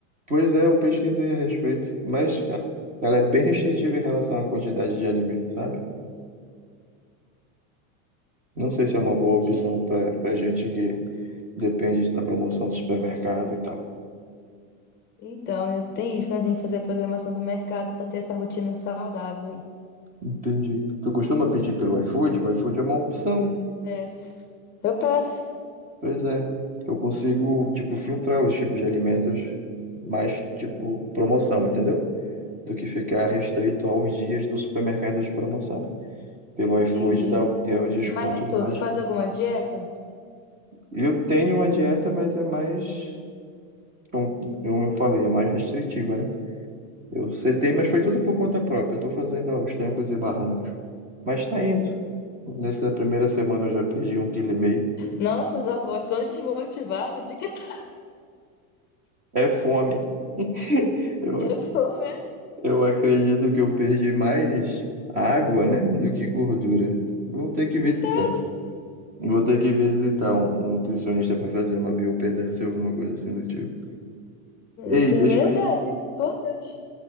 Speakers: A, on the right (about 20°); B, on the left (about 25°).
A: Pois é, eu pesquisei a respeito, mas ah, ela é bem restritiva em relação à quantidade de alimento, sabe? Não sei se é uma boa
B: Entendi.
A: opção para para gente que depende da promoção do supermercado e tal.
B: Então, ainda tem isso, né? Tem que fazer a programação do mercado pra ter essa rotina saudável aí.
A: Entendi. Tu costuma pedir pelo iFood? O iFood é uma opção.
B: Peço. Eu peço.
A: Pois é. Eu consigo, tipo, filtrar os tipos de alimentos mais, tipo, promoção, entendeu? Do que ficar restrito aos dias do supermercado de promoção. Pelo
B: Entendi.
A: iFood dá, tem os descontos
B: Mas e tu,
A: mais.
B: tu faz alguma dieta?
A: Eu tenho uma dieta, mas é mais como eu falei, é mais restritiva, né? Eu setei, mas foi tudo por conta própria. Eu tô fazendo aos trancos e barrancos. Mas tá indo. Nessa primeira semana eu já perdi um quilo e meio.
B: Nossa, as avós tão desmotivadas de que tá.
A: É fome. <laughs>
B: <laughs>
A: Eu,
B: Eu vou, né?
A: eu acredito que eu perdi mais água, né, do que gordura. Vou ter que visitar.
B: Então,
A: Vou ter que visitar um, um nutricionista para fazer uma biopedância ou alguma coisa assim do tipo. Ei,
B: isso
A: deixa
B: é verdade.
A: eu ir.
B: Importante.